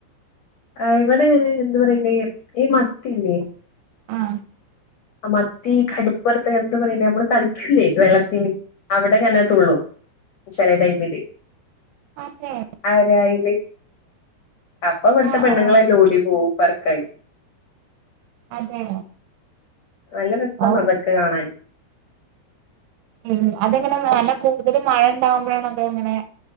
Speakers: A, on the left (about 85°); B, on the right (about 75°).
A: ആഹ് ഇവിടെ ഇങ്ങനെ എന്ത് പറയില്ലേ ഈ മത്തില്ലേ
B: ആഹ്
A: ആഹ് മത്തി കട്പ്പറത്ത് എന്ത് പറയിലേ നമ്മള് കളിക്കൂലേ വെള്ളത്തില് അവിടെങ്ങനെ തുള്ളും ചെല ടൈമില്
B: അതെ
A: ആരായില് അപ്പൊ ഇവിട്ത്തെ
B: ആഹ്
A: പെണ്ണുങ്ങളെല്ലോം
B: ആഹ്
A: ഓടി പോവും പെറ്ക്കാൻ
B: അതെ
A: നല്ല രസാണ്
B: ഓ
A: അതൊക്കെ കാണാൻ
B: ഉം അതെങ്ങനെ നല്ല കൂടുതല് മഴ ഉണ്ടാവുമ്പോഴാണ് അത് അങ്ങനെ.